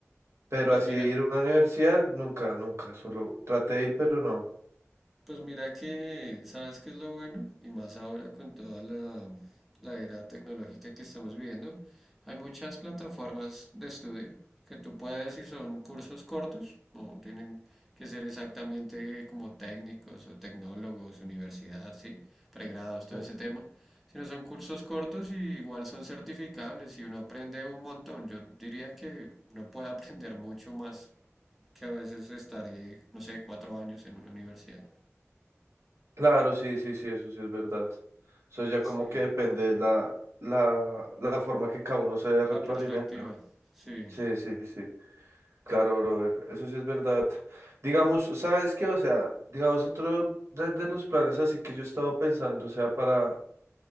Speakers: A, on the right; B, in the centre.
A: Pero
B: pues
A: así
B: mira,
A: de ir a una universidad, nunca, nunca, solo traté de ir, pero no.
B: Pues mira que, ¿sabes qué es lo bueno? Y más ahora con toda la, la era tecnológica que estamos viviendo, hay muchas plataformas de estudio que tú puedes, si son cursos cortos, no tienen que ser exactamente como técnicos o tecnólogos, universidad, sí, pregrados, todo
A: Eh,
B: ese tema, sino son cursos cortos y igual son certificables y uno aprende un montón. Yo diría que uno puede aprender mucho más que a veces estar, eh, no sé, cuatro años en una universidad.
A: Claro, sí, sí, sí, eso sí es verdad. Eso ya
B: Sí,
A: como que depende de la, la, la forma que cada uno se retroalimenta,
B: la perspectiva,
A: ¿no?
B: sí.
A: Sí, sí, sí. Claro, brother, eso sí es verdad. Digamos, ¿sabes qué? O sea, digamos, otro de, de los planes así que yo he estado pensando, o sea, para,